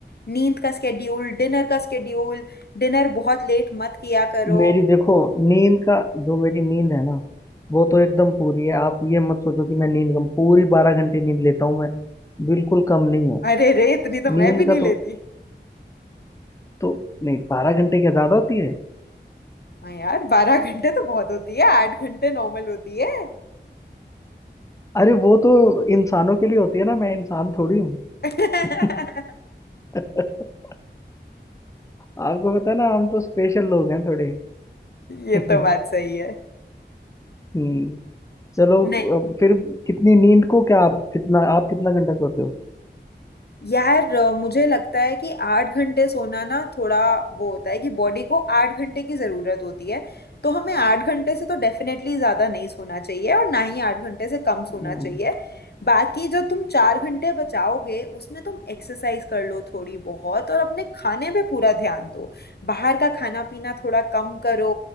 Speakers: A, on the left (about 60°); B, on the left (about 15°).
A: नींद का स्केड्यूल डिनर का स्केड्यूल डिनर बहुत लेट मत किया करो
B: मेरी देखो नींद का जो मेरी नींद है ना वो तो एकदम पूरी है आप ये मत सोचो कि मैं नींद कम पूरी बारह घंटे नींद लेता हूँ मैं बिल्कुल कम नहीं है
A: अरे रे इतनी तो
B: नींद
A: मैं भी नहीं
B: का
A: लेती
B: तो तो नहीं बारह घंटे क्या ज्यादा होती है
A: हाँ यार बारह घंटे तो बहुत होती है आठ घंटे नॉर्मल होती है
B: अरे वो तो इंसानों के लिए होती है ना मैं इंसान थोड़ी हूँ
A: <laughs>
B: <laughs> आपको पता है ना हम तो स्पेशल लोग हैं थोड़े <laughs>
A: ये तो बात सही है
B: हम्म चलो
A: नहीं,
B: अब फिर कितनी नींद को क्या आप कितना आप कितना घंटा सोते हो
A: यार अ, मुझे लगता है कि आठ घंटे सोना ना थोड़ा वो होता है कि बॉडी को आठ घंटे की ज़रूरत होती है तो हमें आठ घंटे से तो डेफिनेटली ज़्यादा नहीं सोना चाहिए और ना ही आठ घंटे से कम सोना
B: हम्म।
A: चाहिए बाकी जो तुम चार घंटे बचाओगे उसमें तुम एक्सरसाइज कर लो थोड़ी बहुत और अपने खाने पे पूरा ध्यान दो बाहर का खाना पीना थोड़ा कम करो